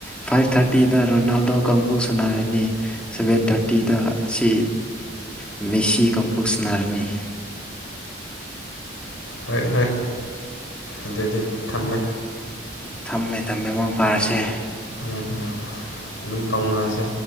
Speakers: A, in the centre; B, on the left.
A: ꯐꯥꯏꯚ ꯊꯥꯔꯇꯤꯗ ꯔꯣꯅꯥꯜꯗꯣ ꯀꯥꯡꯄꯨ ꯁꯅꯔꯅꯤ ꯁꯚꯦꯟ ꯊꯥꯔꯇꯤꯗ ꯑꯁꯤ ꯃꯦꯁꯤ ꯀꯥꯡꯄꯨꯁꯅꯥꯔꯅꯤ
B: ꯍꯣꯏ ꯍꯣꯏ ꯑꯗꯨꯗꯤ ꯊꯝꯃꯦ
A: ꯊꯝꯃꯦ ꯊꯝꯃꯦ ꯃꯪ ꯐꯥꯔꯁꯦ
B: ꯎꯝ ꯎꯝ ꯑꯗꯨꯝ ꯐꯪꯉꯁꯦ